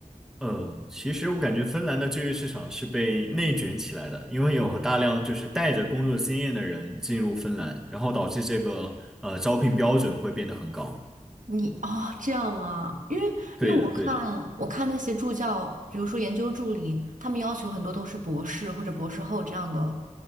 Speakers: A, in the centre; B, on the right (about 70°).
A: 呃，其实我感觉芬兰的就业市场是被内卷起来的，因为有大量就是带着工作经验的人进入芬兰，然后导致这个呃招聘标准会变得很高。
B: 你哦，这样吗？因为因为我看我看那些助教，
A: 对的，对的。
B: 比如说研究助理，他们要求很多都是博士或者博士后这样的，